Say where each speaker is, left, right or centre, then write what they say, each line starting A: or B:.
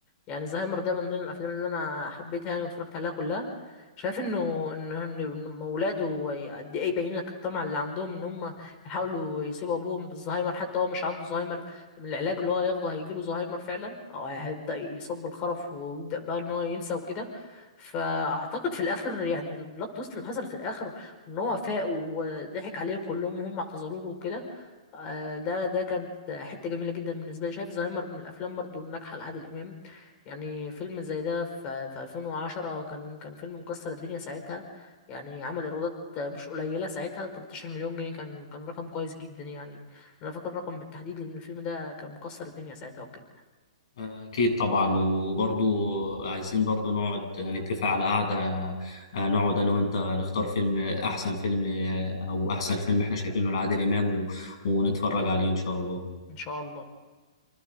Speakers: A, on the left; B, on the left.
A: يعني زهايمر ده من ضمن الافلام اللي انا حبيتها يعني واتفرجت عليها كلها شايف انه ان إن- إن اولاده قد ايه باين لك الطمع اللي عندهم ان هم يحاولوا يسيبوا ابوهم بالزهايمر حتى هو مش عنده زهايمر من العلاج اللي هو هياخده هيجيله زهايمر فعلا او هيبدا يصاب بالخرف ويبدا بقى ان هو ينسى وكده فاعتقد في الاخر يعني البلوت تويست اللي حصلت في الاخر ان هو فاق وضحك عليهم كلهم وهم اعتذروا له وكده آه، ده ده كانت حتة جميلة جدا بالنسبة لي شايف زهايمر من الأفلام برضو الناجحة لعادل إمام يعني فيلم زي ده في في 2010 كان كان فيلم مكسر الدنيا ساعتها يعني عمل إيرادات مش قليلة ساعتها 13 مليون جنيه كان كان رقم كويس جدا يعني أنا فاكر الرقم بالتحديد لأن الفيلم ده كان مكسر الدنيا ساعتها وكده
B: اكيد طبعا وبرضو عايزين برضو نقعد نتفق على قعده آه، نقعد انا وانت نختار فيلم احسن فيلم آه، او احسن فيلم احنا شايفينه لعادل امام و- ونتفرج عليه ان شاء الله
A: إن شاء الله